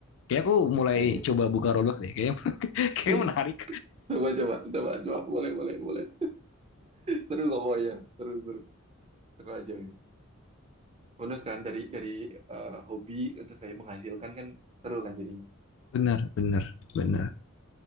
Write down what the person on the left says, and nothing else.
Kayak aku mulai
coba buka Roblox deh. Kayaknya <laughs> kayak
menarik.
Bener, bener, bener.